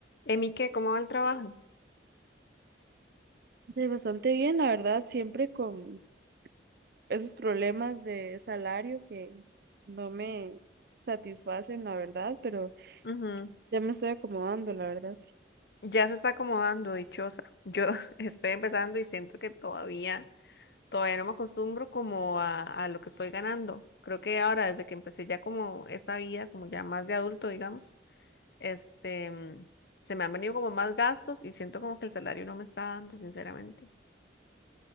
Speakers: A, on the left (about 60°); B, on the right (about 55°).
A: Emi, ¿qué? ¿Cómo va el trabajo?
B: Sí, bastante bien, la verdad, siempre con esos problemas de salario que no me satisfacen, la verdad, pero
A: Ujú.
B: ya me estoy acomodando, la verdad. sí.
A: Ya se está acomodando, dichosa. Yo <laughs> estoy empezando y siento que todavía, todavía no me acostumbro como a, a lo que estoy ganando. Creo que ahora, desde que empecé ya como esta vida, como ya más de adulto, digamos, este, mm, se me han venido como más gastos y siento como que el salario no me está dando, sinceramente.